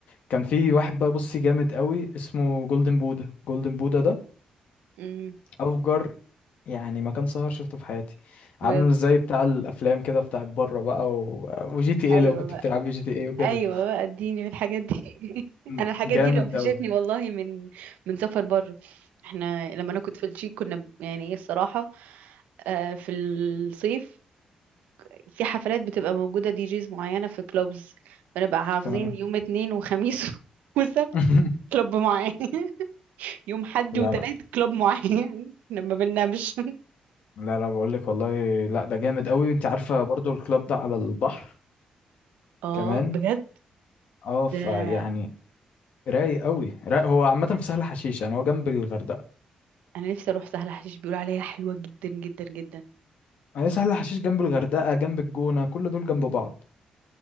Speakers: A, on the left; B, on the right.
A: كان في واحد بقى بصي جامد قوي اسمه جولدن بودا جولدن بودا ده
B: أمم،
A: افجر يعني مكان سهر شفته في حياتي عامل
B: بجد
A: زي بتاع الافلام كده بتاع بره بقى و... وجي تي ايه
B: ايوه
A: لو كنت بتلعب جي تي ايه وكده
B: ايوه بقى اديني في الحاجات دي <laughs>
A: م-
B: انا الحاجات
A: جامد
B: دي اللي وحشتني
A: قوي
B: والله من من سفر بره احنا لما انا كنت في التشيك كنا ب- يعني ايه الصراحه آه، في الصيف في حفلات بتبقى موجوده دي جيز معينه في كلوبز فنبقى حافظين
A: تمام
B: يوم اتنين وخميس <laughs> وسبت
A: <laughs>
B: كلوب معين <laughs> يوم حد
A: لا
B: وتلات
A: لا
B: كلوب معين <laughs> احنا ما بننامش
A: لا لا بقول لك والله لا ده جامد قوي انت عارفه برضو الكلاب ده على البحر
B: <laughs> اه
A: كمان
B: بجد
A: اه فيعني
B: ده
A: رايق قوي رايق هو عامه في سهل حشيش يعني هو جنب الغردقه
B: انا نفسي اروح سهل حشيش بيقولوا عليها حلوه جدا جدا جدا
A: هي سهل حشيش جنب الغردقه جنب الجونه كل دول جنب بعض